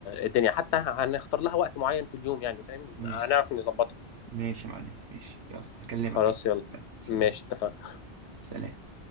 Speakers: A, on the left (about 85°); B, on the right (about 75°).
A: الدنيا حتى هنختار لها وقت معين في اليوم يعني فاهم
B: ماشي
A: هنعرف نظبطها
B: ماشي يا معلم ماشي يلا هكلمك
A: خلاص
B: أنا
A: يلا
B: يلا، سلام
A: ماشي اتفقنا
B: سلام